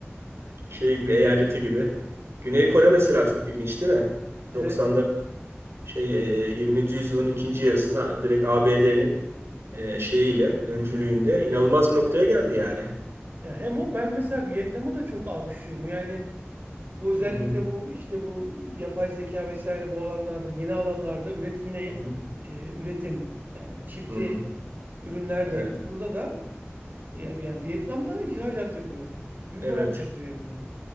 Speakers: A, on the right; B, on the right.
A: şey gibi eyaleti gibi. Güney
B: Yani
A: Kore mesela çok ilginç değil mi?
B: evet.
A: 90'da şey e, 20. yüzyılın ikinci yarısında direkt ABD'nin e, şeyiyle öncülüğünde inanılmaz bir noktaya geldi yani.
B: Ya hem o ben mesela Vietnam'ı da çok alkışlıyorum. Yani bu özellikle
A: Hı hı,
B: bu işte bu yapay zeka vesaire bu alanlarda yeni alanlarda üret yine
A: hı hı,
B: e, üretim yani bu çipli
A: hı.
B: ürünler
A: Evet,
B: diyelim. Burada da ya- yani Vietnam'da ihracat yapıyor. Büyük
A: evet,
B: oranda yapıyor hem de.